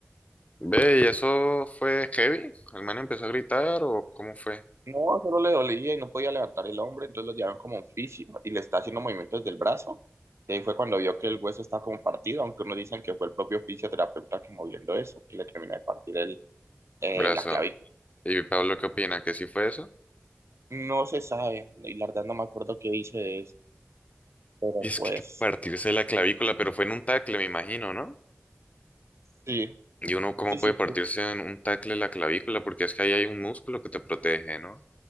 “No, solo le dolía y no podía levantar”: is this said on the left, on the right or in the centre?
Right